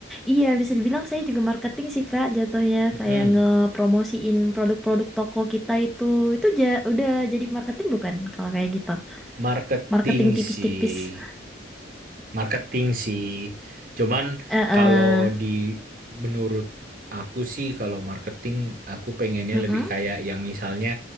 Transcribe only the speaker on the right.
Mm-mm.
Marketing
sih,
marketing sih. Cuman
kalau di menurut aku sih kalau marketing aku pengennya
lebih kayak yang misalnya